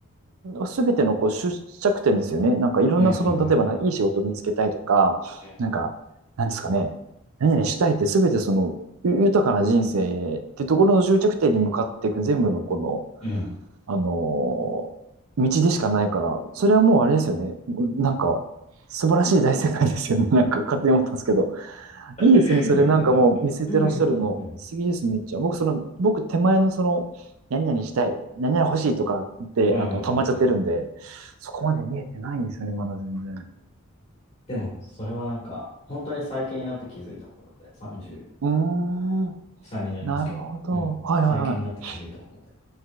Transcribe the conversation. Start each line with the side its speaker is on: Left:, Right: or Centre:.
Right: すべてのこう出着点ですよね。なんかいろんなその、
Left: うんうん
Right: 例えばないい仕事を見つけたいとか、
Left: うん
Right: なんか、なんですかね、何々したいってすべてその、豊かな人生ってところの終着点に向かっていく全部のこの、
Left: うん。うん。うん
Right: あのー道でしかないから、それはもうあれですよね。なんか、素晴らしい大世界ですよね。なんか勝手に思ったんですけど。いいですね。
Left: <laughs>
Right: それなんかもう見せてらっしゃるの、
Left: 面白い。
Right: 素敵です、めっちゃ。僕、その、僕、手前のその、何々したい、何々欲しいとかで、
Left: うんうんうんうん。
Right: あの、溜まっちゃってるんで、そこまで見えてないんですよね、まだ全然。
Left: でも、それはなんか、本当に最近になって気づいたことで、33
Right: うーん、
Left: になりますけど、
Right: なるほど。
Left: うん。
Right: はいはいはい。
Left: 最近になって気づいたことで、